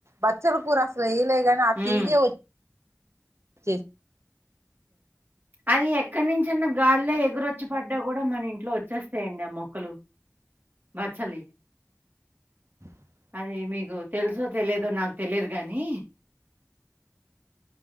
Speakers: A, on the right; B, on the right.
A: బచ్చల కూర అసలు ఎయలే కాని ఆ
B: ఉమ్.
A: తీిగే వచ్చింది
B: అది ఎక్కడి నుంచిన్న <unintelligible> ఎగురొచ్చి పడ్డా కూడా మన ఇంట్లో వచ్చేస్తాయండి ఆ మొక్కలు బచ్ చాలీ.
A: <inaudible>
B: ఎ మీకు తెలుసో తెలియదో నాకు తెలియదు గానీ.